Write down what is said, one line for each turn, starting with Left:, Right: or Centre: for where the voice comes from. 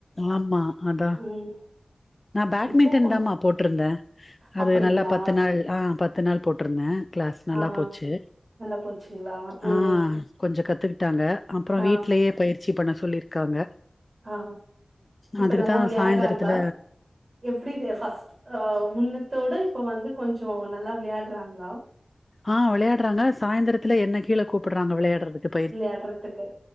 Left: ஆமா அதா
Right: ம்
Left: நா பேட்மிண்டன்
Right: இப்போ கொ
Left: தான்மா போட்டிருந்தே
Right: அப்டிங்களா
Left: அது நல்லா பத்து நாள் ஆ பத்து நாள் போட்டிருந்தே கிளாஸ் நல்லா
Right: ஆ
Left: போச்சு
Right: நல்லா போச்சுங்களா ம்
Left: ஆ கொஞ்சோ கத்துகிட்டாங்க அப்றோ
Right: ஆ
Left: வீட்லயே பயிற்சி பண்ண சொல்லிருக் காங்க
Right: ஆ இப்ப
Left: அதுக்குதா
Right: நல்லா விளையாடுறாங்களா
Left: சாய்ந்தரத்துல
Right: எப்டி ஃபஸ்ட் முன்னத்தோட இப்ப வந்து கொஞ்சோ நல்லா விளையாடுறாங்களா
Left: ஆ விளையாடுறாங்க சாய்ந்தரத்துல என்ன கீழே கூப்டுறாங்க விளையாடுறதுக்கு
Right: விளையாடுறதுக்கு